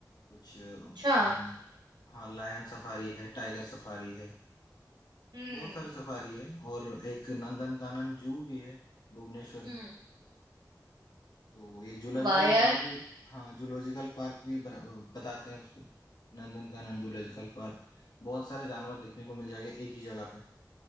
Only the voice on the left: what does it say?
कुछ अम,
हाँ लायन सफारी है टाइगर सफारी है
बहुत सारे सफारी है और एक नंदनकानन जू भी है भुवनेश्वर में
तो ये जूलॉजिकल
पार्क भी हाँ जूलॉजिकल पार्क भी बना- बताते हैं उसको नंदनकानन जूलॉजिकल पार्क बहुत सारे जानवर देखने को मिल जाएंगे एक ही जगह पे